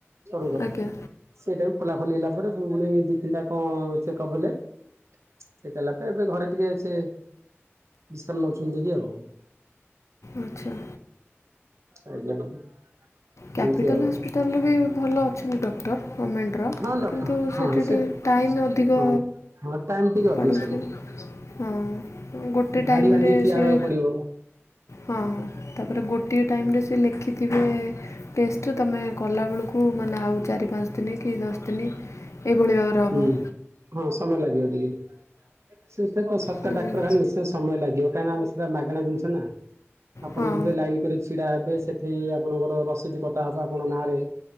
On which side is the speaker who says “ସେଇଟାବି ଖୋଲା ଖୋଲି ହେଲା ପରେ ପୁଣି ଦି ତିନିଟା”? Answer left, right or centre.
Right